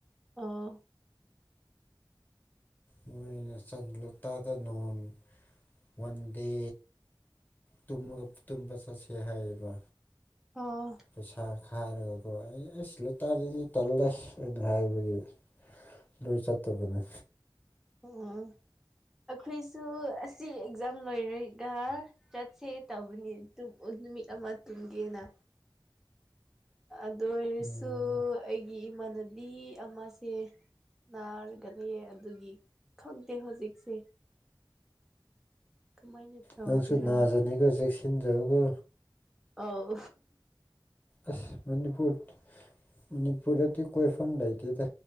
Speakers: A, in the centre; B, on the left.
A: ꯑꯣ
B: ꯃꯣꯏꯅ ꯆꯟ ꯂꯣꯇꯥꯛꯗ ꯅꯣꯡ ꯋꯥꯟ ꯗꯦ ꯇꯝꯃꯒ ꯇꯨꯝꯕ ꯆꯠꯁꯦ ꯍꯥꯏꯌꯦꯕ
A: ꯑꯥ
B: ꯄꯩꯁꯥ ꯈꯥꯏꯔꯒꯀꯣ ꯑꯩ ꯑꯁ ꯂꯨꯇꯥꯗꯗꯤ ꯇꯜꯂꯦ ꯑꯩꯅ ꯍꯥꯏꯕꯒꯤ ꯂꯣꯏ ꯆꯠꯇꯕꯅꯦ
A: ꯑꯣ ꯑꯈꯣꯏꯁꯨ ꯑꯁꯤ ꯑꯦꯛꯖꯥꯝ ꯂꯣꯏꯔꯒ ꯆꯠꯁꯦ ꯇꯧꯕꯅꯤ ꯗꯨꯕꯨ ꯅꯨꯃꯤꯠ ꯑꯃ ꯇꯨꯝꯒꯦꯅ ꯑꯗꯨ ꯑꯣꯏꯔꯁꯨ
B: ꯎꯝ
A: ꯑꯩꯒꯤ ꯏꯃꯥꯅ ꯃꯤ ꯑꯃꯁꯦ ꯅꯥꯔꯒ ꯂꯩꯌꯦ ꯑꯗꯨꯒꯤ ꯈꯪꯗꯦ ꯍꯣꯖꯤꯛꯁꯦ ꯀꯃꯥꯏꯅ ꯇꯧꯒꯦꯔꯥ
B: ꯅꯪꯁꯨ ꯅꯥꯖꯅꯤꯒꯣ ꯆꯦꯛꯁꯤꯟꯖꯧꯀꯣ
A: ꯑꯧ
B: ꯑꯁ ꯃꯅꯤꯄꯨꯔ ꯃꯅꯤꯄꯨꯔꯗꯗꯤ ꯀꯣꯏꯐꯝ ꯂꯩꯇꯦꯗ